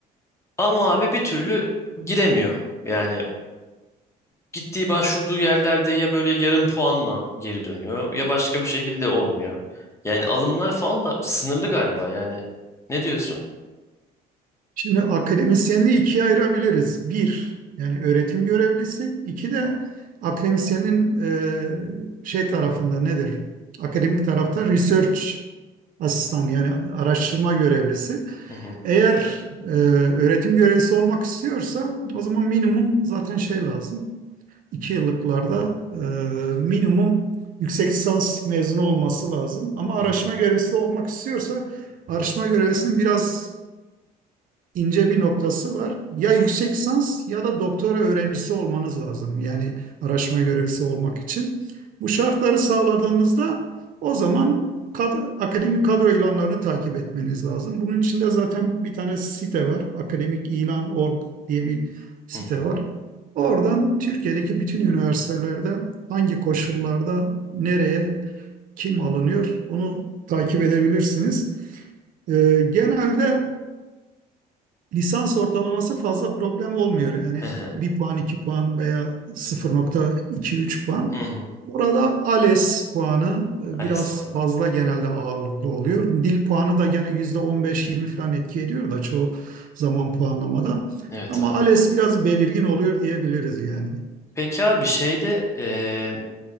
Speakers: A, on the left; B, on the right.
A: Ama abi bir türlü giremiyor. Yani gittiği başvurduğu yerlerde ya böyle yarım puanla geri dönüyor ya başka bir şekilde olmuyor. Yani alımlar falan da sınırlı galiba yani. Ne diyorsun?
B: Şimdi akademisyenliği ikiye ayırabiliriz. Bir, yani öğretim görevlisi. İki de akademisyenin e, şey tarafında nedir? Akademik tarafta research asistan yani araştırma görevlisi.
A: Hı hı
B: Eğer e, öğretim görevlisi olmak istiyorsa o zaman minimum zaten şey lazım. 2 yıllıklarda e, minimum yüksek lisans mezunu olması lazım. Ama araştırma
A: hı hı
B: görevlisi de olmak istiyorsa araştırma görevlisinin biraz ince bir noktası var. Ya yüksek lisans ya da doktora öğrencisi olmanız lazım. Yani araştırma görevlisi olmak için. Bu şartları sağladığınızda o zaman kad- akademik kadro ilanlarını takip etmeniz lazım. Bunun içinde zaten bir tane site var. akademik ilan nokta org diye bir site
A: hı hı
B: var. Oradan Türkiye'deki bütün üniversitelerde hangi koşullarda nereye kim alınıyor onu takip edebilirsiniz. Ee, genelde lisans ortalaması fazla problem olmuyor. Yani
A: hı hı,
B: bir puan, iki puan veya 0.2-3 puan.
A: hı hı.
B: Orada ALES puanı e,
A: ALES
B: biraz
A: falan.
B: fazla genelde ağırlıklı oluyor. Dil puanı da gene %15-20 falan etki ediyor da çoğu zaman puanlamada.
A: Evet
B: Ama
A: abi.
B: ALES biraz belirgin oluyor diyebiliriz yani.
A: Peki abi şeyde eee